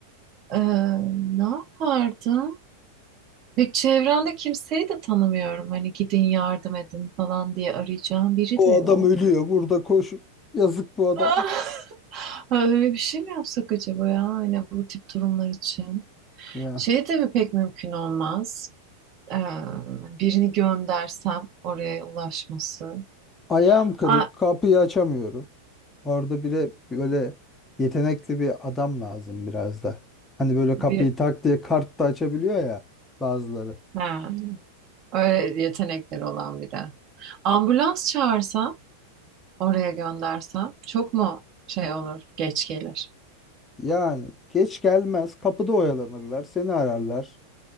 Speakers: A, on the right; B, on the left.
A: Ee, ne yapardım? Ve çevremde kimseyi de tanımıyorum. Hani gidin yardım edin falan diye arayacağım biri
B: O
A: de yok.
B: adam ölüyor. Burada koş. Yazık bu adama.
A: <laughs> Ha, Böyle bir şey mi yapsak acaba ya? Hani bu tip durumlar için.
B: Ya.
A: Şey tabii pek mümkün olmaz. Ee, birini göndersem oraya ulaşması.
B: Ayağım kırık.
A: Aa,
B: Kapıyı açamıyorum. Orada bile böyle yetenekli bir adam lazım biraz da. Hani böyle
A: bir,
B: kapıyı tak diye kart da açabiliyor ya bazıları.
A: ha, öyle yetenekleri olan biri. Ambulans çağırsam, oraya göndersem çok mu şey olur, geç gelir?
B: Yani geç gelmez, kapıda oyalanırlar, seni ararlar.